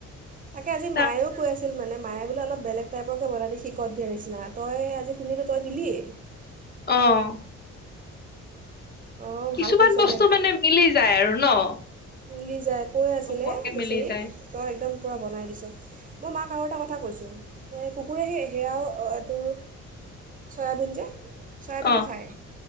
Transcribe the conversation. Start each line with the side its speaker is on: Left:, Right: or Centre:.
Right: তাকে আজি
Left: তাৰ
Right: মায়ো কৈ আছিল মানে মায়ে বোলে অলপ বেলেগ টাইপৰকে বনাই দিয়ে সিকত দিয়াৰ নিচিনা। তই আজি শুনিলোঁ, তই দিলিয়েই।
Left: অ'
Right: অঁ
Left: কিছুমান
Right: ভাল কৰিছ
Left: বস্তু
Right: দে
Left: মানে মিলি যায় আৰু ন?
Right: মিলি যায়। কৈ আছিলে,
Left: নোকোৱাকে
Right: বেচেৰি
Left: মিলি যায়
Right: তই একদম পূৰা বনাই দিছ। মই মাক আৰু এটা কথা কৈছোঁ, এই কুকুৰে সেই সেয়াও তোৰ চয়াবিন যে চয়াবিনো
Left: অ
Right: খায়।